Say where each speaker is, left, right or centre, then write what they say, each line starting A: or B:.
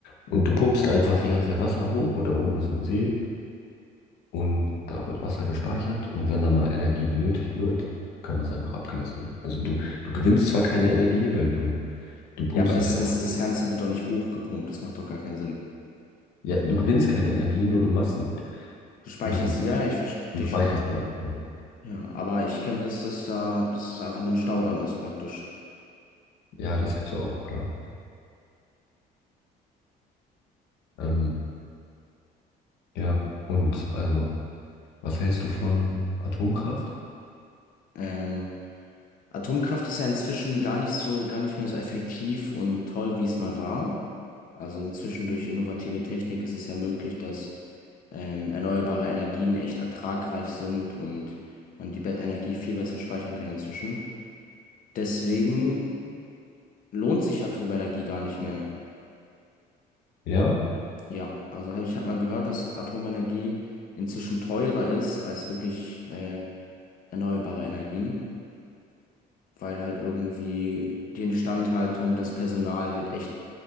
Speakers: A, on the left; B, on the left.
A: Und du pumpst einfach die ganze Zeit Wasser hoch und da oben ist so ein See. Und da wird Wasser gespeichert und wenn da mal Energie benötigt wird, kann das einfach abgelassen werden. Also du, du gewinnst zwar keine Energie, weil du, du pumpst
B: Ja, aber das,
A: es ja
B: das,
A: auch hoch.
B: das Ganze wird doch nicht hochgepumpt, das macht doch gar keinen Sinn.
A: Ja, du gewinnst keine Energie, nur du machst sie,
B: Du speicherst
A: du,
B: sie, ja, ja, ich verstehe
A: du speicherst
B: schon.
A: die einfach nur.
B: Ja, aber ich kenne das, dass da, dass es einfach nur ein Staudamm ist praktisch.
A: Ja, das gibt's ja auch, klar. Ähm, ja, und also, was hältst du von Atomkraft?
B: Ähm, Atomkraft ist ja inzwischen gar nicht so, gar nicht mehr so effektiv und toll, wie es mal war. Also inzwischen durch innovative Technik ist es ja möglich, dass ähm, erneuerbare Energien echt ertragreich sind und man die Be- Energie viel besser speichern kann inzwischen. Deswegen lohnt sich Atomenergie gar nicht mehr.
A: Ja?
B: Ja, also hab, ich habe mal gehört, dass Atomenergie inzwischen teurer ist als wirklich äh, erneuerbare Energien, weil halt irgendwie die Instandhaltung, das Personal halt echt